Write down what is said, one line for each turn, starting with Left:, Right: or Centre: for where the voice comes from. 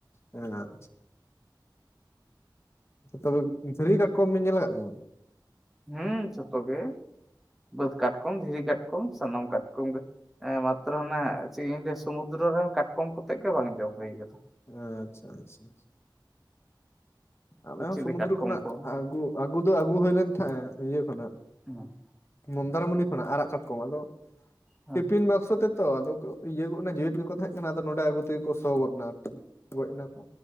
Left: ᱦᱮᱸ ᱟᱪᱪᱷᱟ ᱛᱚᱵᱮ ᱫᱷᱤᱨᱤ ᱠᱟᱴᱠᱚᱢ ᱵᱮᱱ ᱧᱮᱞ ᱟᱠᱟᱜ ᱠᱚᱣᱟ?
Centre: ᱦᱮᱸ ᱡᱷᱚᱛᱚ ᱜᱮ ᱵᱟᱹᱫᱽ ᱠᱟᱴᱠᱚᱢ ᱫᱷᱤᱨᱤ ᱠᱟᱴᱠᱚᱢ ᱥᱟᱱᱟᱢ ᱠᱟᱴᱠᱚᱢ ᱜᱮ᱾ ᱦᱮᱸ ᱢᱟᱛᱨᱚ ᱚᱱᱮ ᱪᱮᱫ ᱤᱧ ᱞᱟᱹᱭᱟ ᱥᱚᱢᱩᱫᱨᱚ ᱨᱮᱱ ᱠᱟᱴᱠᱚᱢ ᱠᱚᱛᱮᱜ ᱜᱮ ᱵᱟᱝ ᱡᱚᱢ ᱦᱩᱭ ᱟᱠᱟᱱᱟ᱾
Left: ᱟᱪᱪᱷᱟ ᱟᱪᱪᱷᱟ᱾ ᱟᱞᱮ
Centre: ᱠᱩᱪᱞᱤ
Left: ᱦᱚᱸ ᱥᱚᱢᱩᱫᱨᱚ
Centre: ᱠᱟᱴᱠᱚᱢ
Left: ᱠᱷᱚᱱᱟᱜ
Centre: ᱠᱚ
Left: ᱟᱹᱜᱩ ᱟᱹᱜᱩ ᱫᱚ ᱟᱹᱜᱩ ᱦᱩᱭ ᱞᱮᱱ ᱛᱟᱦᱮᱸᱜ ᱤᱭᱟᱹ ᱠᱷᱚᱱᱟᱜ
Centre: <inaudible>
Left: ᱢᱚᱱᱫᱚᱨᱢᱩᱱᱤ ᱠᱷᱚᱱᱟᱜ ᱟᱨᱟᱜ ᱠᱟᱴᱠᱚᱢ ᱟᱫᱚ
Centre: ᱦᱮᱸ
Left: ᱴᱤᱯᱤᱱ ᱵᱟᱠᱥᱚ ᱛᱮ ᱛᱚ ᱟᱫᱚ ᱤᱭᱟᱹ ᱜᱚᱫ ᱮᱱᱟ ᱡᱮᱣᱮᱫ ᱜᱮᱠᱚ ᱛᱟᱦᱮᱸᱜ ᱠᱟᱱᱟ ᱟᱫᱚ ᱱᱚᱰᱮ ᱟᱜᱩ ᱛᱮᱜᱮ ᱠᱚ ᱥᱚ ᱜᱚᱫ ᱮᱱᱟ ᱟᱨ ᱜᱚᱡ ᱮᱱᱟ ᱠᱚ᱾